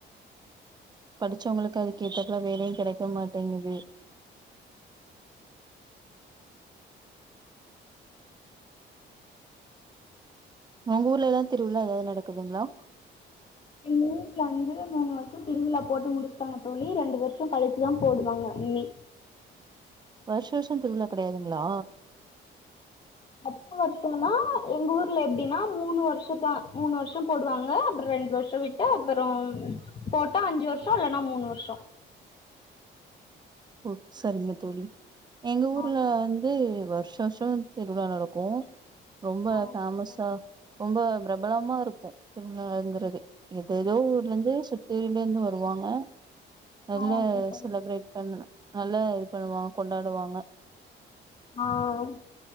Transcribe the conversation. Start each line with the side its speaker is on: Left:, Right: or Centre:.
Right: படிச்சவங்களுக்கு அது கேட்டா கூட வேலையு கெடைக்க மாட்டேங்குது ஒங்க ஊர்ல எல்லா திருவிழா எதாவது நடக்குதுங்களா
Left: எங்க வூட்ல வந்து மூணு வருஷொ திருவிழா போட்டு முடிச்சுட்டாங்க தோழி ரெண்டு வருஷொ கழிச்சுதா போடுவாங்க இனி
Right: வருஷ வருஷொ திருவிழா கெடையாதுங்களா
Left: பத்து வருஷொனா எங்க ஊர்ல எப்படின்னா மூணு வருஷதா மூணு வர்ஷொ போடுவாங்க அப்பற ரெண்டு வருஷொ விட்டு அப்புறம் போட்டா அஞ்சு வருஷொ இல்லனா மூணு வருஷொ
Right: ஓ சரிங்க தோழி எங்க ஊர்ல
Left: ஆ
Right: வந் ந்து வர்ஷ வருஷொ திருவிழா நடக்கு ரொம்ப
Left: ஆ
Right: ஃபேமஸா
Left: ஓகே தோழி
Right: ரொம்ப பிர ரபலமா இருக்கு திருமழாங்கிறது எதெதோ ஊர்ல இருந்து சுத்துறில இருந்து வருவாங்க நல்ல
Left: ஆ ஓகே தோழி
Right: செலப்ரேட் பண்ணுன நல்லா இது பண்ணுவாங் கொண்டாடுவாங்க
Left: ஆஹ்